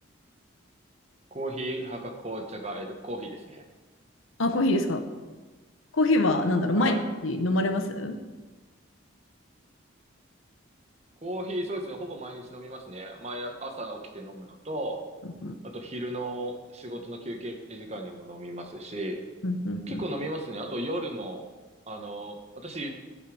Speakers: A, on the right; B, on the left.
A: コーヒー派か紅茶か、えっと、コーヒーですね。
B: あ、コーヒーですかコーヒーは、なんだろう、
A: はい。
B: 毎日飲まれます
A: コーヒー、そうですね。ほぼ毎日飲みますね。毎朝起きて飲むのと、
B: うんう
A: あと昼の仕事の休憩時間にも飲みますし、
B: んうんうん
A: 結構飲みますね。あと夜も、あの、私で